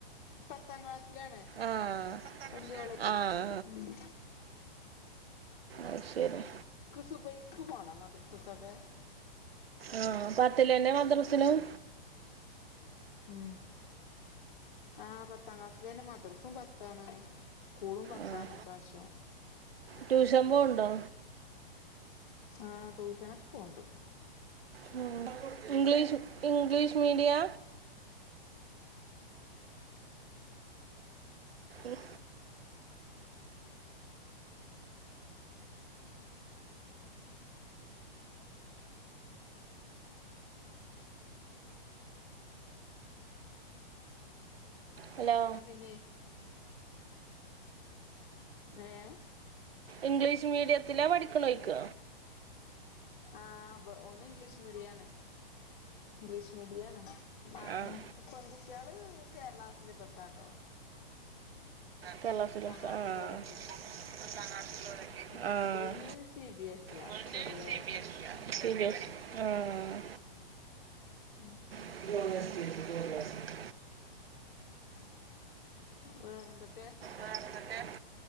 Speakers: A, on the left (about 55°); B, on the right (about 80°).
A: പത്താം ക്ലാസ്സിലാണ്
B: ആഹ്
A: വല്ല്യയോളെ
B: ആഹ്
A: മ്
B: അഹ്ശരി
A: സുബൈയ്ക്ക് പോണം മദ്രസ്കൊക്കെ
B: ആഹ് പത്തിലെന്നെ മദ്രസ്സ് ലും
A: ഉം ആഹ് പത്താം ക്ലാസ്സിലെന്നെ മദ്രസും പത്താണ് സ്കൂളും പത്താണ്
B: ആഹ്
A: ഇപ്രാശ്യം
B: ട്യൂഷൻ പോവ്ണ്ടോ
A: ആഹ് ട്യൂഷനൊക്കെ പോവ്ണ്ട്
B: മ് ഇംഗ്ലീഷ് ഇംഗ്ലീഷ് മീഡിയാ ഉം ഹലോ
A: ട്ടാ പിന്നെ ഏഹ്
B: ഇംഗ്ലീഷ് മീഡിയത്തില പഠിക്ക്ണോയ്ക്ക
A: ആഹ് ബ് ഓന് ഇംഗ്ലീഷ് മീഡിയാണ് ഇംഗ്ലീഷ് മീഡിയാണ് മാർ
B: ആഹ്
A: ഉം പെൺകുട്ടിയാള് കേരള സിലബസാ ട്ടോ
B: കേരള സിലബസ്സാ
A: ക്ലാസ്സുള്ളോരൊക്കെ
B: ആഹ് പത്താം ക്ലാസ് ള്ളോ ലൊക്കെ
A: ആ
B: ആഹ്
A: ഇബന് സി ബി എസ് ആ
B: പെണ്ണ്
A: ചെറിയോന്
B: അയിന് സി ബി എ സി യാ സിബിഎസ് ആഹ്
A: ഉം
B: <unintelligible>
A: വേറെ എന്തൊക്കെ
B: വെറെ എന്തൊക്കെ